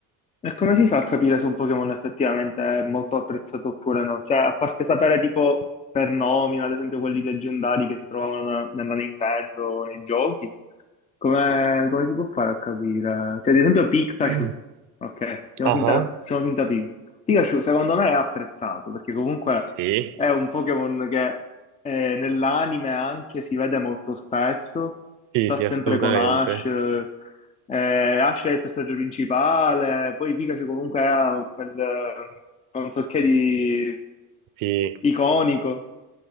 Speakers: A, on the left; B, on the right.
A: E come si fa a capire se un Pokémon effettivamente è molto apprezzato oppure no? Cioè, a parte sapere tipo per nomina, ad esempio quelli leggendari che si trovavano na- nella Nintendo, nei giochi, come, come si può fare a capire? Cioè, ad esempio Pikachu,
B: <clears throat>
A: ok, facciamo
B: Ah,
A: finta,
B: ah.
A: facciamo finta Pikachu secondo me è apprezzato perché comunque
B: Sì,
A: è un Pokémon che eh, nell'anime anche si vede molto spesso,
B: sì,
A: sta
B: sì, assolutamente.
A: sempre con Ash, eh, Ash è il personaggio principale, poi Pikachu comunque ha quel eh, non so che di
B: Sì,
A: iconico,